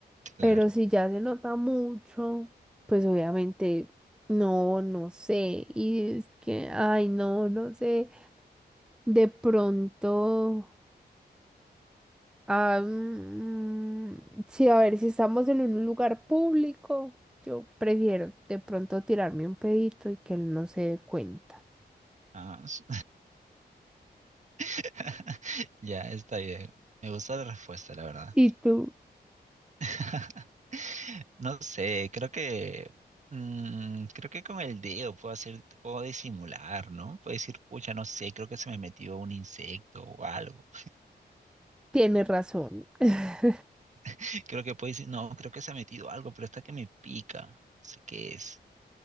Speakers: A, on the right; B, in the centre.
A: Claro.
B: Pero si ya se nota mucho, pues obviamente no, no sé. Y es que, ay, no, no sé. De pronto. Ah, mm, sí, a ver, si estamos en un lugar público, yo prefiero de pronto tirarme un pedito y que él no se dé cuenta.
A: Ah, s- <laughs> Ya, está bien. Me gusta la respuesta, la verdad.
B: Y tú,
A: <laughs> No sé, creo que mm, creo que con el dedo puedo hacer, puedo disimular, ¿no? Puedo decir, pucha, no sé, creo que se me metió un insecto o algo.
B: Tienes razón. <laughs>
A: <laughs> Creo que puedo decir, no, creo que se ha metido algo, pero está que me pica. No sé qué es.